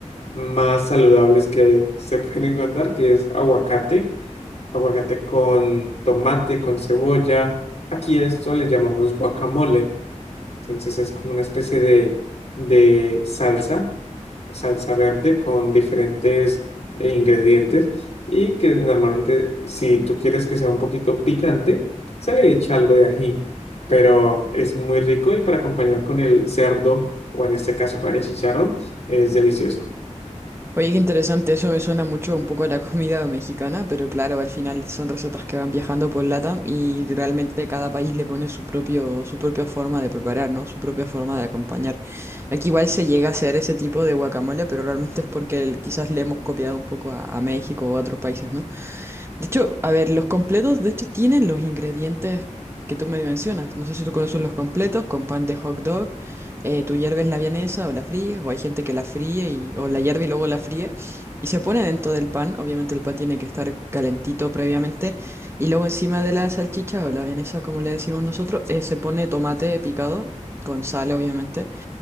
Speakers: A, on the left; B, on the right.
A: más saludables que se pueden encontrar, que es aguacate. Aguacate con tomate, con cebolla. Aquí esto le llamamos guacamole. Entonces es como una especie de, de salsa salsa verde con diferentes eh, ingredientes y que normalmente si tú quieres que sea un poquito picante, se le echa algo de ají, pero es muy rico y para acompañar con el cerdo o en este caso con el chicharrón es delicioso.
B: Oye, qué interesante, eso me suena mucho un poco a la <laughs> comida mexicana, pero claro, al final son recetas que van viajando por LATAM y realmente cada país le pone su propio, su propia forma de preparar, ¿no? Su propia forma de acompañar. Aquí igual se llega a hacer ese tipo de guacamole, pero realmente es porque el- quizás le hemos copiado un poco a, a México o a otros países, ¿no? De hecho, a ver, los completos, de hecho, tienen los ingredientes que tú me mencionas. No sé si tú conoces los completos con pan de hot dog. eh, tú hierves la vienesa o la fríes, o hay gente que la fríe y, o la hierve y luego la fríe. Y se pone dentro del pan. Obviamente el pan tiene que estar calentito previamente. Y luego encima de la salchicha o la vienesa, como le decimos nosotros, eh, se pone tomate picado con sal, obviamente.